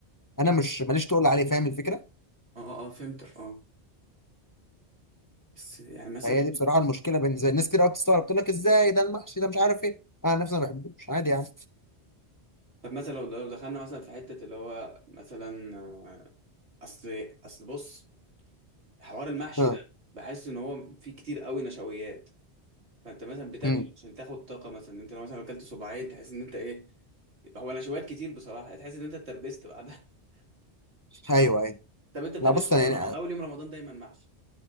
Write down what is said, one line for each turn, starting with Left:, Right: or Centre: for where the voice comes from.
Left: انا مش ماليش تقول عليه فاهم الفكره
Right: اه اه آه، فهمتك اه بس يعني مثلا
Left: هي دي بصراحه المشكله بالنسبه لي. ناس كتير قوي بتستغرب تقول لك ازاي ده المحشي ده مش عارف ايه انا نفسي ما بحبوش عادي يعني
Right: طب مثلا لو لو دخلنا مثلا في حتة اللي هو مثلا آه، اصل اصل بص حوار المحشي
Left: اه
Right: ده بحس ان هو فيه كتير قوي نشويات فانت مثلا بتاكله
Left: امم
Right: عشان تاخد طاقة مثلا انت لو مثلا اكلت صباعين تحس ان انت ايه هو نشويات كتير بصراحة يعني تحس ان انت اتربست بعدها <laughs>
Left: ايوه ايوه
Right: طب انت بتعمل
Left: لا بص
Right: إيه في اول
Left: يعني
Right: رمضان اول يوم رمضان دايما محشي